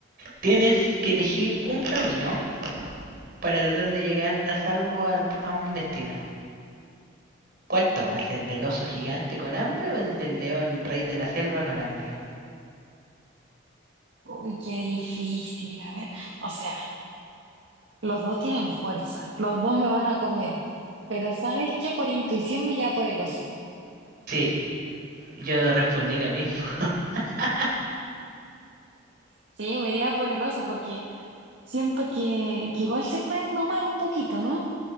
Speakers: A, on the right (about 50°); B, on the right (about 65°).
A: Tienes que elegir un camino para tratar de llegar a salvo al- a un destino. ¿Cuál tomas? ¿El del oso gigante con hambre o el del león rey de la selva con hambre?
B: Uy, qué difícil. A ver, o sea, los dos tienen fuerza, los dos me van a comer, pero ¿sabes qué? Por intuición me iría por el oso.
A: Sí, yo respondí lo mismo. <laughs>
B: Sí, me iría por el oso porque siento que, que igual se pueden domar un poquito, ¿no?